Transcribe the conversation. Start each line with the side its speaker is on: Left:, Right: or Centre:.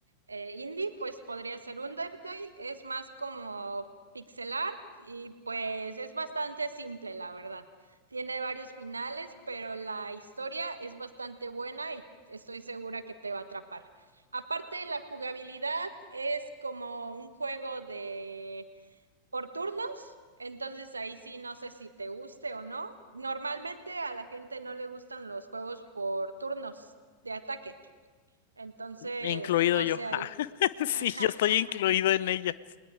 Right: eh, indie, pues podría ser Undertale. Es más como pixel art y pues es bastante simple, la verdad. Tiene varios finales, pero la historia es bastante buena y estoy segura que te va a atrapar. Aparte, la jugabilidad es como un juego de por turnos, entonces ahí sí no sé si te guste o no. Normalmente a la gente no le gustan los juegos por turnos de ataque, entonces
Left: Incluido
Right: no
Left: yo.
Right: sé ahí.
Left: Ah, <laughs> sí,
Right: <laughs>
Left: yo estoy incluido en ellas.